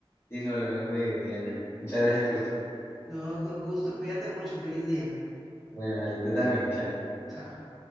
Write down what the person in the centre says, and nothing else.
No, con gusto. Cuídate mucho. Feliz día.
Chao.